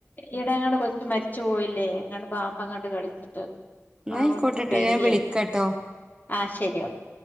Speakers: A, on the left; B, on the right.
A: ഈടെ അങ്ങോട്ട് കൊച്ച് മരിച്ചു പോയില്ലേ അങ്ങോട്ട് പാമ്പ് അങ്ങോട്ട് കടിച്ചിട്ട്
B: എന്നായിക്കോട്ടെട്ടോ
A: അത് ഓർക്കുമ്പോ പേടിയാ
B: ഞാൻ വിളിക്കട്ടോ
A: ആഹ് ശരി ഓക്കെ